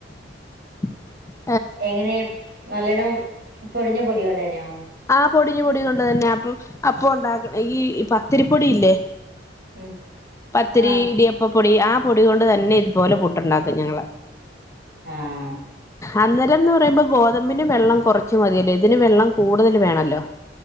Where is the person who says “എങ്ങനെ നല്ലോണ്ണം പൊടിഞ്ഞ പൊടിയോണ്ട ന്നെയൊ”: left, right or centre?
Right